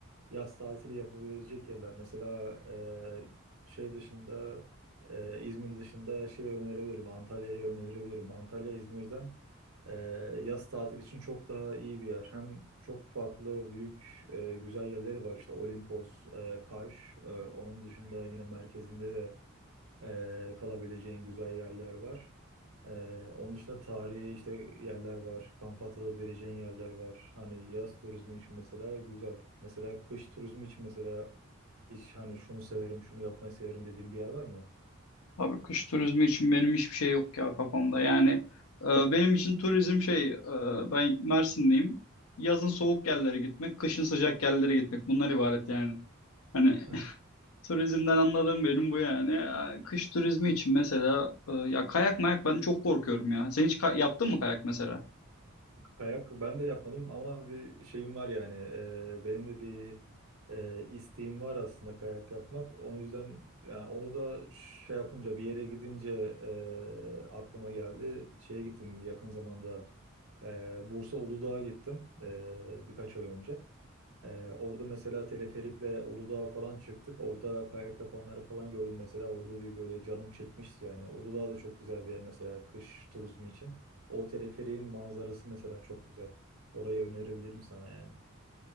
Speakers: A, on the right; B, on the left.
A: yaz tatili yapabilecek yerler. Mesela e, şey dışında e, İzmir dışında şey önerebilirim. Antalya'yı önerebilirim. Antalya İzmir'den e, yaz tatili için çok daha iyi bir yer. Hem çok farklı büyük e, güzel yerleri var. işte Olimpos, e, Kaş. e, onun dışında yine merkezinde de e, kalabileceğin güzel yerler var. Ee, onun dışında tarihi işte yerler var. Kamp atılabileceğin yerler var. Hani yaz turizmi için mesela güzel. Mesela kış turizmi için mesela hiç hani şunu severim, şunu yapmayı severim dediğim bir yer var mı?
B: Abi kış turizmi için benim hiçbir şey yok ya kafamda. Yani e, benim için turizm şey e, ben Mersinliyim. Yazın soğuk yerlere gitmek, kışın sıcak yerlere gitmek bunlar ibaret yani. Hani
A: Heh,
B: Turizmden anladığım benim bu yani. Ya, Kış turizmi için mesela e, ya kayak mayak ben çok korkuyorum ya. Sen hiç ka- yaptın mı kayak mesela?
A: Kayak ben de yapmadım ama bir şeyim var yani. Ee, benim de bir e, isteğim var aslında kayak yapmak. O yüzden yani onu da şey yapınca bir yere gidince e, aklıma geldi. Şeye gittim yakın zamanda. E, Bursa Uludağ'a gittim e, birkaç ay önce. Ee, orada mesela teleferikle Uludağ'a falan çıktık. Orada kayak yapanları falan gördüm mesela. Orada bir böyle canım çekmişti yani. Uludağ da çok güzel bir yer mesela kış turizmi için. O teleferiğin manzarası mesela çok güzel. Orayı önerebilirim sana yani.